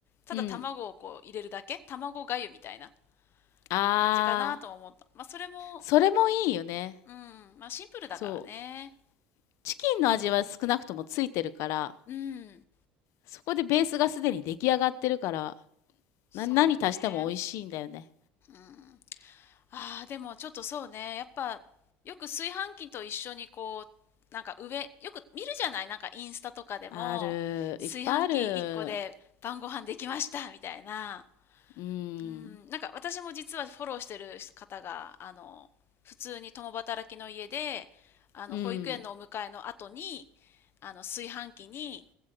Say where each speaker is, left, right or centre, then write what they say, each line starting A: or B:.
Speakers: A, on the left; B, on the left.
A: ただ卵をこう入れるだけ卵粥みたいな
B: うん。あー。
A: 感じかなとも思った。まあ、それも、
B: それもいいよね。
A: うん。まあ、シンプルだからね。
B: そう。チキンの味は少なくともついてるから、
A: うん。
B: そこでベースがすでに出来上がってるから、
A: そうね。
B: な何足しても美味しいんだよね。
A: うん。ああ、でもちょっとそうね。やっぱ、よく炊飯器と一緒にこう、なんか上、よく見るじゃないなんかインスタとかでも、
B: ある、
A: 炊飯器1個で晩ご飯できましたみたいな。
B: いっぱいある。うん、
A: うん、なんか私も実はフォローしてる方が、あの、普通に共働きの家で、あの、
B: うん、
A: 保育園のお迎えの後に、あの、炊飯器に、